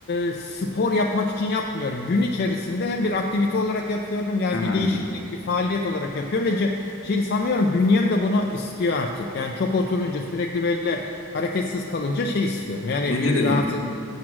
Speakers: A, on the left; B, on the left.
A: e, spor yapmak için yapmıyorum. Gün içerisinde hem bir aktivite olarak yapıyorum. Yani
B: ha.
A: bir değişiklik, bir faaliyet olarak yapıyorum ve ce- şey sanıyorum bünyem de bunu istiyor artık. Yani çok oturunca sürekli böyle hareketsiz kalınca şey istiyorum. Yani
B: Bence
A: bir,
B: de
A: bir rahatsız.